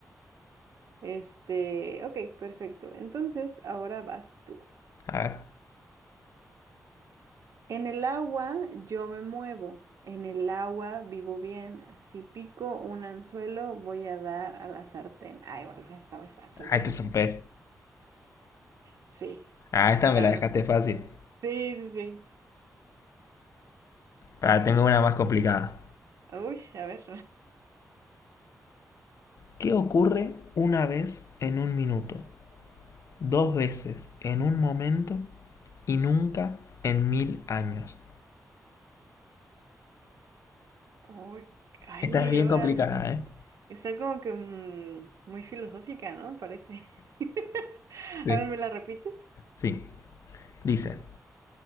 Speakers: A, on the right; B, on the left.
A: Este, ok, perfecto. Entonces, ahora vas tú.
B: A ver.
A: En el agua yo me muevo, en el agua vivo bien. Si pico un anzuelo, voy a dar a la sartén. Ay, bueno, está muy fácil.
B: Ah, este
A: <laughs>
B: es un pez.
A: Sí,
B: Ah, esta
A: claro.
B: me la dejaste fácil.
A: Sí, sí, sí.
B: Ahora tengo una más complicada.
A: Uy, a ver.
B: ¿Qué ocurre una vez en un minuto? Dos veces en un momento y nunca en mil años.
A: <laughs> Uy, ay,
B: Esta es bien
A: órale.
B: complicada, ¿eh?
A: Está como que mm, muy filosófica, ¿no? Parece. <laughs>
B: Sí.
A: A ver, ¿me la repites?
B: Sí. Dice,